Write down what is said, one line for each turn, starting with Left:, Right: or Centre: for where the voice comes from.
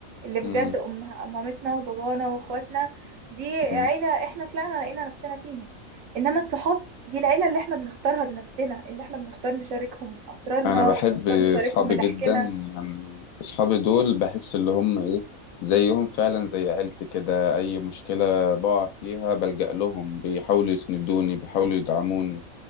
Right: اللي بجد
Left: مم.
Right: أم مامتنا وبابانا واخواتنا دي عيلة
Left: مم.
Right: احنا طلعنا لقينا نفسنا فيهم انما الصحاب دي العيلة اللي احنا بنختارها بنفسنا اللي احنا بنختار نشاركهم اسرارنا
Left: أنا بحب
Right: وبنختار نشاركهم
Left: أصحابي
Right: ضحكنا
Left: جدا يعني أصحابي دول بحس اللي هم إيه زيهم فعلا زي عيلتي كده أي مشكلة بقع فيها بلجأ لهم بيحاولوا يسندوني بيحاولوا يدعموني